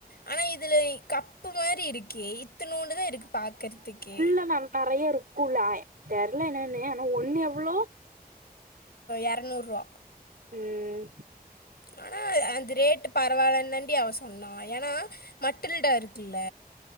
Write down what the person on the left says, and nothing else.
ஆனா இதுல கப்பு மாரி இருக்கு இத்துனூன்டு தா இருக்கு பாக்றதுக்கு
இரநூறுவா
ஆனா அந்த ரேட்டு பரவாயில்லைன்னு தாண்டி அவ சொன்னா ஏனா மட்டில்டா இருக்குல்ல